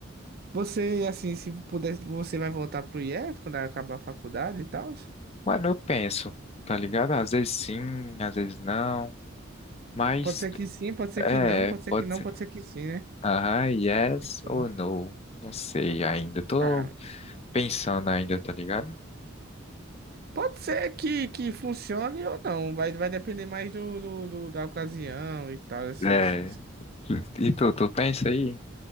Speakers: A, on the right (about 50°); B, on the left (about 30°).
A: você, assim, se pudesse, você vai voltar pro IF quando acabar a faculdade e tal?
B: Mano, eu penso, tá ligado? Às vezes sim, às vezes não. Mas,
A: Pode ser que sim, pode ser
B: é,
A: que não, pode ser
B: pode
A: que não,
B: ser.
A: pode ser que sim, né?
B: Aham, yes
A: Então,
B: ou no. Não sei ainda. Tô
A: cara,
B: pensando ainda, tá ligado?
A: pode ser que, que funcione ou não, vai, vai depender mais do, do, do- da ocasião e tal, esses,
B: É.
A: esses-
B: E tu, tu pensa aí